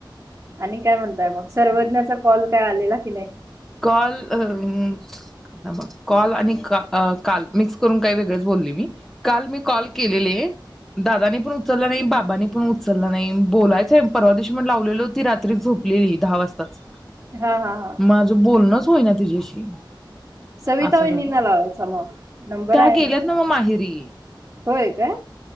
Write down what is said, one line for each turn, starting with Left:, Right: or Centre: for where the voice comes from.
Right: आणि म्हणताय काय मग सर्वज्ञाचा कॉल काय आलेला की नाही,
Centre: कॉल अं थांबा कॉल आणि अ काल मिक्स करून काही वेगळेच बोलले मी. काल मी कॉल केलेले, दादाने पण उचलला नाही, बाबांनी पण उचलला नाही, बोलायचंय. परवादिवशी पण लावलेलं होती. रात्री झोपलेली दहा वाजताच.
Right: हा. हा. हा.
Centre: माझं बोलणंच होईना तिझ्याशी.
Right: सविता
Centre: असं
Right: वहिनींना
Centre: झालं.
Right: लावायचा मग नंबर
Centre: त्या
Right: आहे
Centre: गेल्यात
Right: ना
Centre: नव मग माहेरी.
Right: होय काय